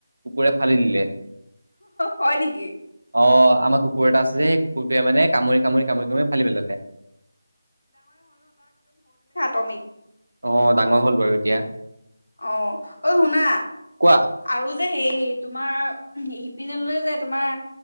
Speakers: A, on the right (about 75°); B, on the left (about 85°).
A: কুকুৰে ফালি দিলে।
B: হয় নেকি?
A: অ' আমাৰ কুকুৰ এটা আছে যে। কুকুৰটোৱে, মানে কামুৰি-কামুৰি-কামুৰি-কামুৰি, ফালি পেলালে।
B: তমি,
A: অ' ডাঙৰ হ'ল বাৰু এতিয়া
B: অ' ঐ শুনা
A: কোৱা
B: আৰু? সেই সেই তোমাৰ সিপিনেলৈ যে তোমাৰ